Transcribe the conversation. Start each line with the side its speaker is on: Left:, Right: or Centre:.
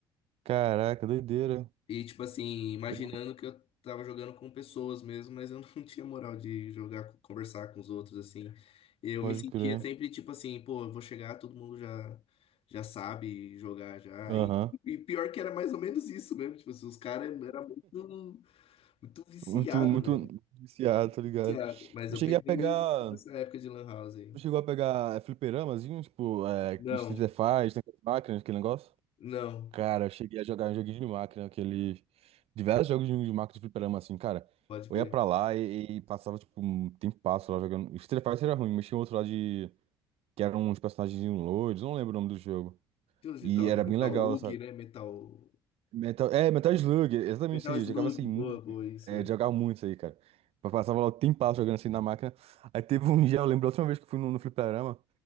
Right: Caraca, doideira.
Left: e, tipo assim, imaginando
Right: Eu
Left: que eu tava jogando com pessoas mesmo, mas eu não <laughs> tinha moral de jogar, conversar com os outros, assim. Eu
Right: pode
Left: me sentia
Right: crer.
Left: sempre, tipo assim, pô, eu vou chegar, todo mundo já, já sabe jogar já.
Right: Aham.
Left: E, e pior que era mais ou menos isso mesmo. Tipo assim, os caras eram muito, muito viciado,
Right: Muito, muito
Left: velho.
Right: viciado, tá ligado?
Left: Viciado. Mas
Right: Eu
Left: eu
Right: cheguei
Left: peguei
Right: a pegar.
Left: essa época de Lan House aí.
Right: Tu chegou a pegar é, fliperamazinho, tipo, é,
Left: Não,
Right: Street Fighter, máquinas, aquele negócio?
Left: não.
Right: Cara, eu cheguei a jogar um joguinho de máquina, aquele. Diversos jogos de de máquina de fliperama, assim, cara.
Left: Pode
Right: Eu
Left: crer.
Right: ia pra lá e, e passava, tipo, um tempasso lá jogando. Street Fighter era ruim, mas tinha outro lá de. Que eram uns personagens loiros, não lembro o nome do jogo.
Left: Tinha uns de
Right: E
Left: tal
Right: era
Left: Metal
Right: bem legal,
Left: Lug, né? Metal.
Right: Metal, é, Metal Slug, exatamente
Left: Metal
Right: isso aí.
Left: Slug.
Right: Eu jogava assim muito.
Left: Boa, boa, isso.
Right: É,
Left: é.
Right: jogava muito isso aí, cara. Eu Passava lá o tempo jogando assim na máquina. Aí teve um dia, eu lembro a última vez que eu fui no, no fliperama,